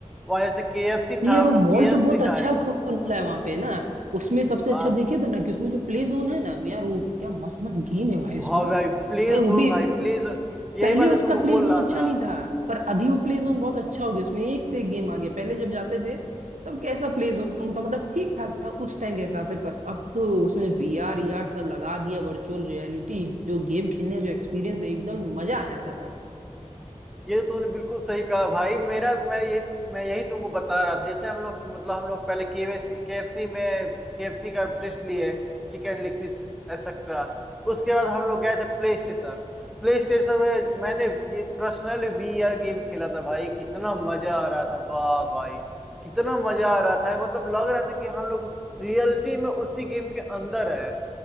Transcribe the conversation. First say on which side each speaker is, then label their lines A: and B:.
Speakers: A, in the centre; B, on the right.
A: वहाँ जैसे KFC
B: नहीं
A: था
B: यार
A: हम
B: वो
A: लोग
B: मॉल
A: KFC
B: तो बहुत
A: खाए
B: अच्छा खुला है वहां पे ना उसमें सबसे
A: हाँ
B: अच्छा देखे थे ना कि उसमें जो प्ले जोन है ना यार वो क्या मस्त मस्त गेम है भाई उसमें
A: हाँ भाई प्ले
B: भाई वो
A: जोन
B: भी
A: भाई प्ले जोन यही
B: पहले
A: बात
B: उसका
A: है तुमको
B: प्ले
A: बोल
B: जोन
A: रहा
B: अच्छा
A: था
B: नहीं था पर अभी वो प्ले जोन बहुत अच्छा हो गया उसमें एक से एक गेम आ गया पहले जब जाते थे तब कैसा प्ले जोन था मतलब ठीक ठाक था उस टाइम के हिसाब से पर अब तो उसमें वीआर ईआर सब लगा दिया वर्चुअल रियलिटी जो गेम खेलने का जो एक्सपीरियंस है एकदम मजा आ जाता है भाई
A: ये तो तूने बिल्कुल सही कहा भाई मेरा मैं यही मैं यही तुमको बता रहा था जैसे हम लोग मतलब हम लोग पहले केएफसी केएफसी में केएफसी का टेस्ट लिए चिकन लेग पीस एक्सेट्रा उसके बाद हम लोग गए थे प्ले स्टेशन प्ले स्टेशन में मैंने पर्सनली वीआर गेम खेला था भाई कितना मजा आ रहा था वाह भाई कितना मजा आ रहा था मतलब लग रहा था कि हम लोग रियलिटी में उसी गेम के अंदर है